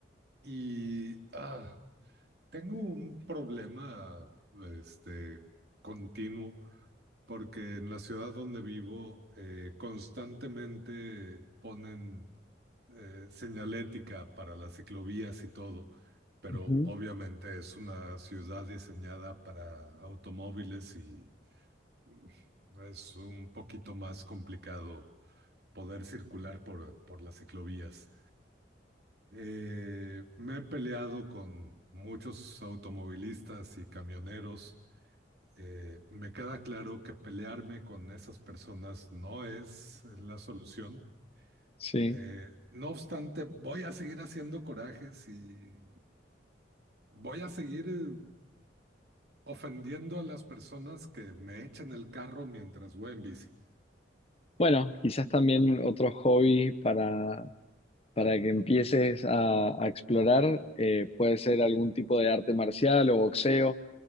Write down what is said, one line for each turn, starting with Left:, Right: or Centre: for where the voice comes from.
Right: y ah, tengo un problema este, continuo porque en la ciudad donde vivo eh, constantemente ponen eh, señalética para las ciclovías y todo, pero
Left: Ujú,
Right: obviamente es una ciudad diseñada para automóviles y mm, es un poquito más complicado poder circular por, por las ciclovías. Eh, me he peleado con muchos automovilistas y camioneros eh, me queda claro que pelearme con esas personas no es la solución.
Left: sí.
Right: Eh, no obstante, voy a seguir haciendo corajes y voy a seguir eh, ofendiendo a las personas que me echan el carro mientras voy en bici.
Left: Bueno, quizás también otro hobby para para que empieces a, a explorar. eh, puede ser algún tipo de arte marcial o boxeo,